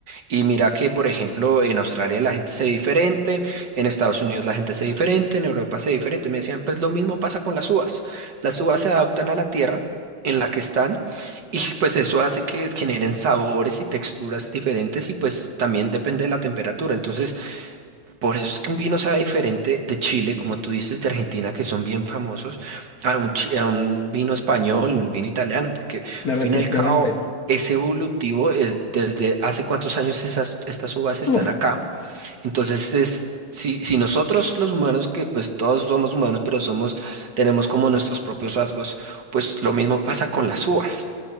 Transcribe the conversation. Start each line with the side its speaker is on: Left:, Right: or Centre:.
Right: Y mira que, por ejemplo, en Australia la gente se ve diferente, en Estados Unidos la gente se ve diferente, en Europa se ve diferente. Me decían, pues lo mismo pasa con las uvas. Las uvas se adaptan a la tierra en la que están y pues eso hace que generen sabores y texturas diferentes y pues también depende de la temperatura. Entonces, por eso es que un vino sabe diferente de Chile, como tú dices, de Argentina, que son bien famosos, a un, chi- a un vino español, un vino italiano, porque
Left: claro,
Right: al fin
Left: definitivamente.
Right: y al cabo es evolutivo, es desde hace cuántos años esas, estas uvas están
Left: Uf,
Right: acá. Entonces es, si, si nosotros los humanos, que pues todos somos humanos, pero somos, tenemos como nuestros propios rasgos, pues lo mismo pasa con las uvas.